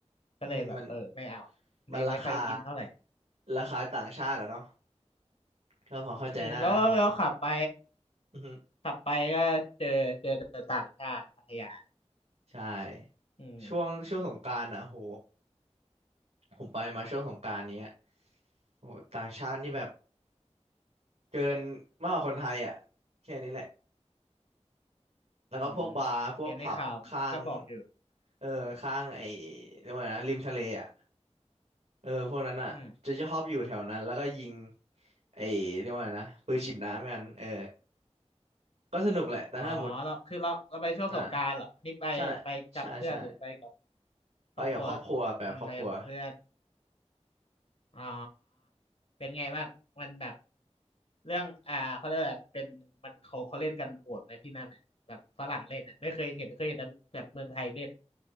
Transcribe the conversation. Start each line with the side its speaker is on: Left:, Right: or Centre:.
Left: ก็เลยแบบเออไม่เอาอะไม่ไม่ค่อยอินเท่าไหร่
Right: อืมมันมันราคาราคาต่างชาติอะเนาะก็พอเข้าใจได้เขา
Left: อืมแล้วแล้วขับไป
Right: อือฮึ
Left: ขับไปก็เจอเจอแต่ต่างชาติอะพัทยา
Right: ใช่
Left: อืม
Right: ช่วงช่วงสงกรานต์อ่ะโหผมไปมาช่วงสงกรานต์เนี้ย โอ้โหต่างชาตินี่แบบเกินมากกว่าคนไทยอ่ะแค่นี้แหละแล้วก็พวกบาร์พวกผับข้าง
Left: อืมเห็นในข่าวก็บอกอยู่
Right: เออข้างไอ้เรียกว่าไงนะริมทะเลอ่ะเออพวกนั้นอ่ะจะชอบอยู่แถวนั้นแล้วก็ยิง
Left: อืม
Right: ไอ้เรียกว่าไงนะปืนฉีดน้ำกันเออก็สนุกแหละแต่ถ้าสมมติ
Left: อ๋อเราคือเราเราไปช่วงสงกรานต์เหรออันนี่ไปไปกับเพื่อนหรือไปกับ
Right: อ่าใช่ใช่ใช่
Left: ครอบครัว
Right: ไปกับครอบครัวไปกับครอบครัว
Left: อืมไปกับเพื่อนอ๋อเป็นไงบ้างมันแบบเรื่องอ่าเขาเรียกอะไรเป็นมันเขาเขาเล่นกันโหดไหมที่นั่นน่ะแบบฝรั่งเล่นน่ะไม่เคยเห็นเคยเห็นแต่แบบเมืองไทยเล่น